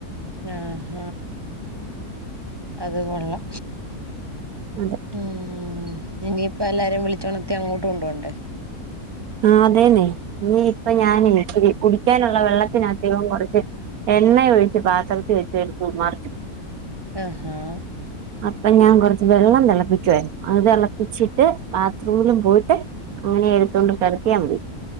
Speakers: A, on the right (about 15°); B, on the right (about 70°).
A: ആഹ അത് കൊള്ളാം
B: അതെ
A: ഉം ഇനിയിപ്പ എല്ലാരേയും വിളിച്ചുണത്തി അങ്ങോട്ട് കൊണ്ട് പോണ്ടേ
B: ആ അതേന്നെ നീ ഇപ്പൊ ഞാന് കുടിക്കാനുള്ള വെള്ളത്തിനതികവും കുറച്ച് എണ്ണ ഒഴിച്ച് പാത്രത്തിൽ വെച്ച് ഇരുന്നു മറിച്ചു
A: ആഹാ
B: അപ്പൊ ഞാൻ കുറച്ച് വെള്ളം തിളപ്പിക്കുവായിരുന്നു അത് തിളപ്പിച്ചിട്ട് ബാത്റൂമിലും പോയിട്ട് അങ്ങനെ എടുത്തൊണ്ട് കിടത്തിയാ മതി